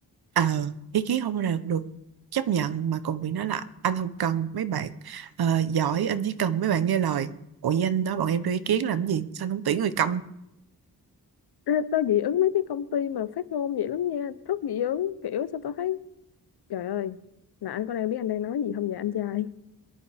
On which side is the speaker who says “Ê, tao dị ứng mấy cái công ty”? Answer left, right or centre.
Left